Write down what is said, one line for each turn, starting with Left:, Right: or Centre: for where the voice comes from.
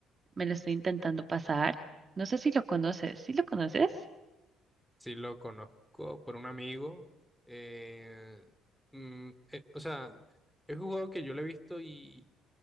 Right: Me lo estoy intentando pasar. No sé si lo conoces. ¿Sí lo conoces?
Centre: Sí, lo conozco por un amigo. Eh, mm, eh, o sea, es un juego que yo lo he visto y,